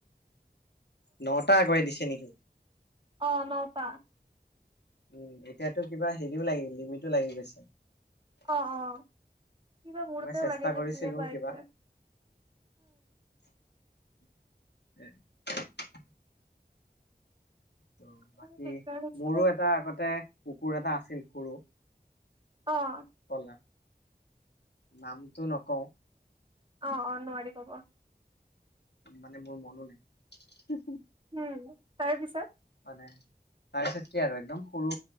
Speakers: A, on the left; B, on the right.
A: নটা আগুৱাই দিছে নেকি
B: অঁ নটা
A: ম এতিয়াতো কিবা হেৰিও লাগিল লিমিটো লাগি গৈছে
B: অঁ অঁ। কিবা মৰতেওঁ
A: মই চেষ্টা
B: লাগে
A: কৰিছিলো
B: নেকি বা
A: কিবা
B: এতিয়া
A: উ <unintelligible> ত বাকী
B: দিগদাৰ হৈছে
A: মোৰো
B: দে
A: এটা আগতে কুকুৰ এটা আছিল সৰু
B: অঁ
A: কলা নামটো নকওঁ
B: অঁ অঁ নোৱাৰি কব
A: মানে মোৰ মনো নাই।
B: উম তাৰ পিছত!
A: মানে তাৰপিছত কি আৰু একদম সৰু